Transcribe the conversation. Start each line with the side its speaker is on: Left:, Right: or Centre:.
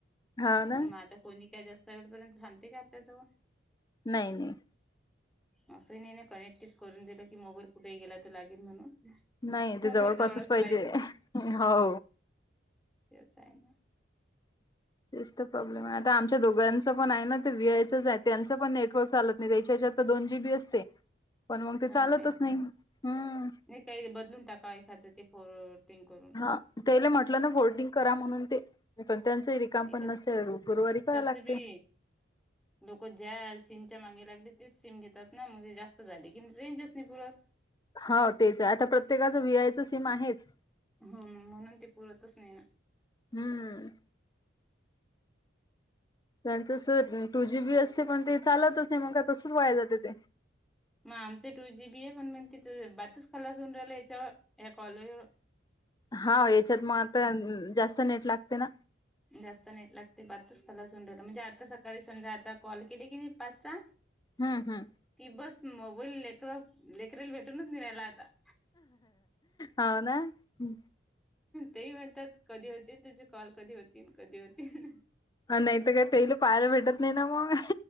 Left: हा ना
Centre: मग आता. कोणी काय जास्त वेळपर्यंत, थांबते का आपल्याजवळ.
Left: नाही नाही.
Centre: असं नाही कनेक्टेड करून दिलं की, मोबाईल कुठेही गेला तर लागेल म्हणून.
Left: नाही इथं
Centre: मोबाईल
Left: जवळपासच
Centre: जवळच
Left: पाहिजे हो.
Centre: तेच आहे ना.
Left: तेच तर प्रॉब्लेम आहे आता, आमच्या दोघांचं पण आहे ना ते व्हीआयचंच आहे, त्यांचं पण नेटवर्क चालत. तेच्या हेच्या तर दोन जी बी असते, पण मग ते
Centre: हाव
Left: चालतच
Centre: रे
Left: नाही हम्म.
Centre: नाही काही बदलून टाकाय, एखादं ते फोटिंग करून.
Left: हा तेले म्हटलं ना, फोर्टिंग करा म्हणून ते. पण त्यांचे रिकाम
Centre: ते
Left: पण
Centre: कस
Left: नसते, गुरुवारी कराव
Centre: तसं
Left: लागते.
Centre: बी लोक ज्या सिमच्या मागे लागले तेच सीम घेतात ना, म्हणजे जास्त झाले की रेंजच नाही पुरत.
Left: हो तेच आहे, आता प्रत्येकाचं व्ही आयचं सीम आहेच.
Centre: हो म्हणून ती, पुरतच नाही ना.
Left: हम्म. त्यांच स टू जी बी असते पण ते, चालतच नाही मग का तसंच वाया जाते ते.
Centre: मग आमच टू जी बी आहे पण, मग तिथं बातच खलास हून राहिला हेच्यावर ह्या कॉलज.
Left: हां.. हेच्यात मग आता जास्त नेट लागते ना.
Centre: जास्त नाही लागते बातच खलास म्हणजे, आता सकाळी समजा आता कॉल केला की नाही पाच सहा. <unintelligible>
Left: हम्म हम्म.
Centre: की बस मोबाईल लेकर लेकरेला, भेटूनच निघाला आता.
Left: हौ ना. हम.
Centre: तेही म्हणतात कधी होते तुझी, कॉल कधी होतील कधी होतील.
Left: अ नाही तर काय, तेल पाहायला भेटत नाही ना मग.